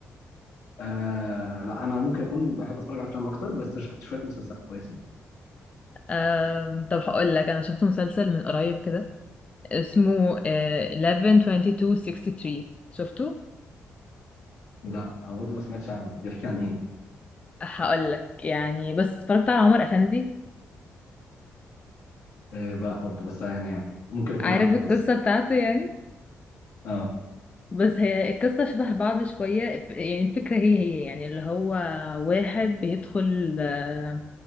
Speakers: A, on the left (about 70°); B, on the left (about 25°).
A: آه لا انا ممكن اكون بحب اتفرج على افلام اكتر بس شفت شويه مسلسلات كويسه
B: آم... طب هقول لك أنا شفت مسلسل من قريب كده اسمه آه... 11 22 63 شفته؟
A: لا انا برضو ما سمعتش عنه بيحكي عن ايه
B: هقول لك يعني بس اتفرجت على عمر افندي
A: آه بقى برضو بس يعني ممكن اكون
B: عارف
A: عارف
B: القصه
A: القصه
B: بتاعته يعني
A: اه
B: بس هي القصه شبه بعض شويه يعني الفكره هي هي يعني اللي هو واحد بيدخل آه،